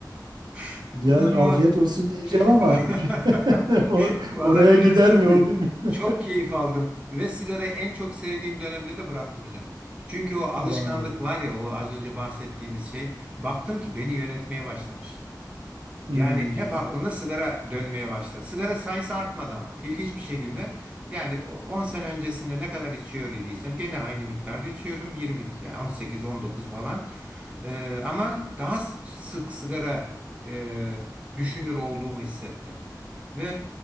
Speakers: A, on the right (about 15°); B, on the right (about 75°).
A: <laughs>
B: Yani
A: İnanılmaz
B: afiyet olsun diyeceğim
A: keyif.
B: ama
A: <laughs>
B: <laughs> o-
A: Vallahi
B: oraya
A: ne
B: gider
A: derseniz
B: mi
A: deyin.
B: o bilmiyorum.
A: Çok keyif aldım ve sigarayı en çok sevdiğim dönemde de bıraktım hocam. Çünkü o alışkanlık
B: Vay be.
A: var ya o az önce bahsettiğimiz şey baktım ki beni yönetmeye başlamış.
B: Hmm,
A: Yani hep aklımda sigara dönmeye başladı. Sigara sayısı artmadı ama ilginç bir şekilde yani o- 10 sene öncesinde ne kadar içiyor idiysem gene aynı miktarda içiyordum 20 yani 18 19 falan. Ee, ama daha sık sigara e, düşünür olduğumu hissettim. Ve